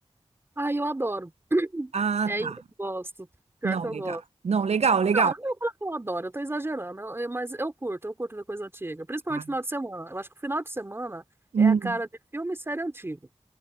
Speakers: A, on the right; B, on the right.
A: Ai, eu adoro.
B: Ah,
A: É,
B: tá.
A: eu gosto. Pior
B: Não,
A: que eu
B: legal.
A: gosto.
B: Não, legal, legal.
A: Não, não vou falar que eu adoro, eu tô exagerando, eu- eu- mas eu curto, eu curto ver coisa antiga. Principalmente
B: Ah,
A: final de semana. Eu acho que o final de semana
B: hum.
A: é a cara de filme e série antigo.